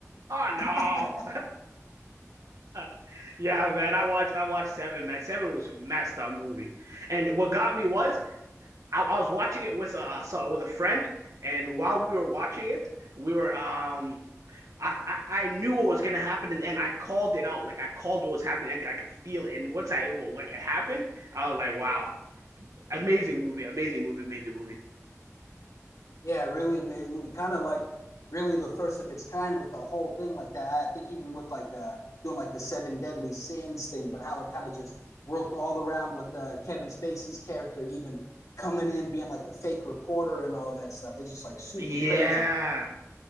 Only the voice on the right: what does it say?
Oh no.
<laughs> Yeah, man. I watched I watched Seven, man. Seven was a messed up movie. And what got me was I, I was watching it with a so with a friend and while we were watching it, we were um I, I, I knew what was gonna happen and, and I called it out. Like I called what was happening and I could feel it. And once I well, like it happened, I was like, wow, amazing movie, amazing movie, amazing movie.
Yeah.